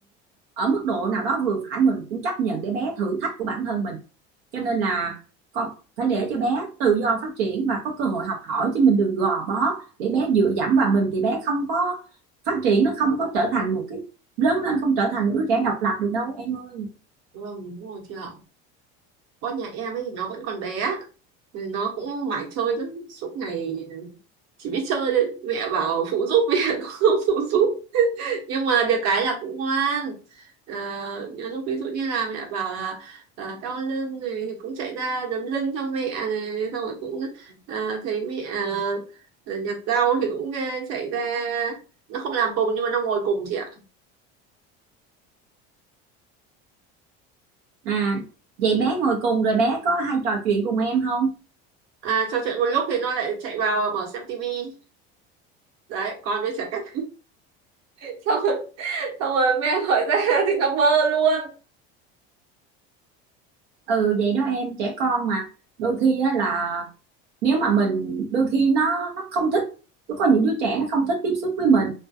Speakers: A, on the right (about 90°); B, on the right (about 60°).
A: ở mức độ nào đó vừa phải mình cũng chấp nhận để bé thử thách của bản thân mình cho nên là con phải để cho bé tự do phát triển và có cơ hội học hỏi chứ mình đừng gò bó để bé dựa dẫm vào mình thì bé không có phát triển nó không có trở thành một cái lớn lên không trở thành một đứa trẻ độc lập được đâu em ơi
B: Vâng, đúng rồi chị ạ. Con nhà em ấy thì nó vẫn còn bé. Nên Nó cũng mải chơi lắm. Suốt ngày chỉ biết chơi thôi. Mẹ bảo phụ giúp, <laughs> mẹ cũng không phụ giúp. Nhưng mà được cái là cũng ngoan. À, nhiều lúc ví dụ như là mẹ bảo là à, đau lưng này thì cũng chạy ra đấm lưng cho mẹ này. Xong rồi cũng à, thấy mẹ à, nhặt rau thì cũng à, chạy ra. Nó không làm cùng nhưng mà nó ngồi cùng chị ạ.
A: à vậy bé ngồi cùng rồi bé có hay trò chuyện cùng em không
B: À, trò chuyện một lúc thì nó lại chạy vào mở xem tivi. Đấy, con với trẻ con. <laughs> xong xong rồi mẹ hỏi ra <laughs> thì nó bơ luôn
A: ừ vậy đó em trẻ con mà đôi khi á là nếu mà mình đôi khi nó nó không thích nó có những đứa trẻ nó không thích tiếp xúc với mình